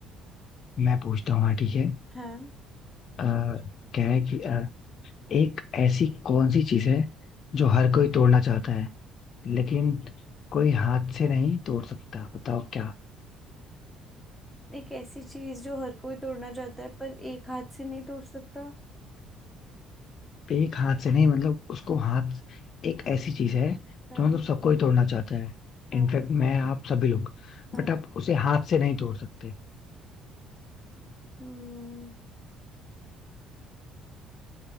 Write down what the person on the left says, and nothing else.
मैं पूछता हूँ हाँ ठीक है
आ, कह है कि अ, एक ऐसी कौन सी चीज है जो हर कोई तोड़ना चाहता है लेकिन कोई हाथ से नहीं तोड़ सकता बताओ क्या
एक हाथ से नहीं मतलब उसको हाथ एक ऐसी चीज है
जो मतलब सबको ही तोड़ना चाहता है
इनफैक्ट मैं आप सभी लोग
बट आप उसे हाथ से नहीं तोड़ सकते